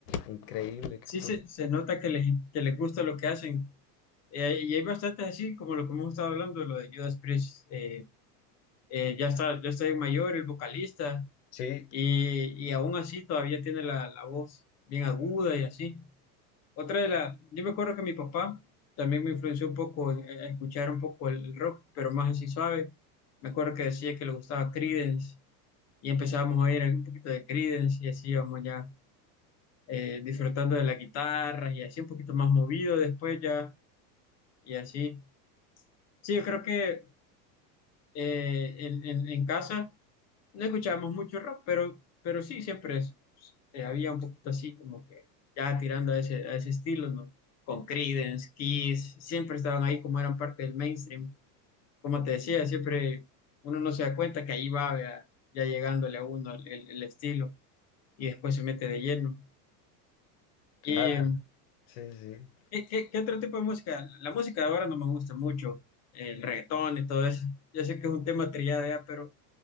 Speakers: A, on the left (about 70°); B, on the left (about 35°).
A: Increíble que
B: Sí,
A: estuvo.
B: se, se nota que les, que les gusta lo que hacen. Eh, y hay bastantes así, como lo que hemos estado hablando, lo de Judas Priest. eh, eh, ya está, ya está mayor, el vocalista.
A: Sí,
B: y, y aún así todavía tiene la, la voz bien aguda y así. Otra de las, yo me acuerdo que mi papá también me influenció un poco en- en escuchar un poco el el rock, pero más así suave. Me acuerdo que decía que le gustaba Creedence y empezábamos a ir un poquito de Creedence y así íbamos ya eh, disfrutando de la guitarra y así un poquito más movido después ya y así. Sí, yo creo que eh, en en- en casa. no escuchábamos mucho rock, pero, pero sí, siempre es- eh, había un poquito así, como que ya tirando a ese, a ese estilo, ¿no? Con Creedence, Kiss, siempre estaban ahí como eran parte del mainstream. Como te decía, siempre uno no se da cuenta que ahí va, vea, ya llegándole a uno el, el- el estilo y después se mete de lleno.
A: claro.
B: ¿Y
A: Sí, sí.
B: qué, qué- qué otro tipo de música? La música de ahora no me gusta mucho, el reggaetón y todo eso. yo sé que es un tema trillado ya, pero...